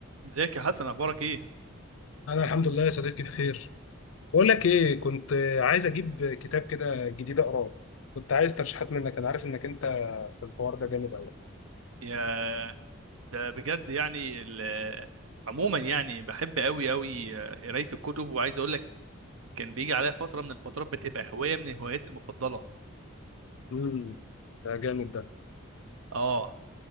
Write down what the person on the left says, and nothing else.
انا الحمد لله يا صديقي بخير بقول لك ايه كنت عايز اجيب كتاب كده جديد اقراه كنت عايز ترشيحات منك انا عارف انك انت في الحوار ده جامد قوي
امم ده جامد ده